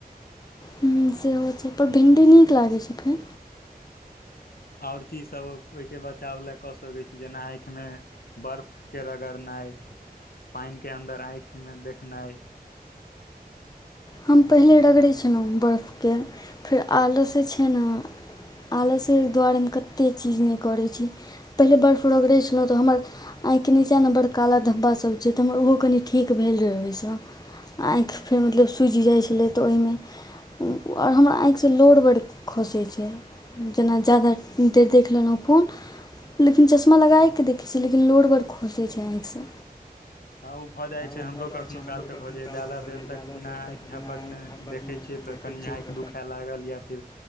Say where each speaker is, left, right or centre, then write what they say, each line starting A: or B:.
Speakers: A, on the left; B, on the left.
A: ह्म सेहो छैय पर भिंडी नीक लागै छै फेर
B: ओर चीज सब ओहिके बचाव लए कऽ सकैत छी जेना अइंख मे बर्फ के रगड़नाइ पान अंडर ऐइंख् मे देख नैय
A: हम पहिले रगड़ै छलहुँ बर्फके फेर आलसँ छै ने आलस के दुआरे मे कते चीज ने करै छी पहिले बर्फ रोग रहै छलहुँ तऽ हमर ऐंख के नीचाँ ने बड़ काला धब्बाब छै तऽ हमर ओहो कनि ठीक भेल रहै ओहिसँ आँखि फेर मतलब सूजि जाइ छलै तऽ ओहिमे आओर हमरा आँखिसँ लोर बड्ड खसै छै जेना जादा देर देख लेलहुँ फोन लेकिन चश्मा लगएकेऽ देखै छियै लेकिन लोड बड़ खोसै छै आँखिसँ
B: हँ ओ भऽ जाइ
A: आ
B: छै
A: ओ
B: हमरो
A: भऽ जाइ
B: कखनो
A: छै
B: काल
A: हमरो
B: के
A: कखनो
B: भऽ जाइए
A: काल
B: जादा
A: तऽ घर
B: देर
A: जा
B: तक
A: जा्याददा
B: बिना
A: देर
B: आँखि
A: तक
B: झपकने
A: किनाइ नहि
B: देखै छियै तऽ
A: देखय
B: कनि
A: छिय
B: आँखि दुखाय लागल या फिर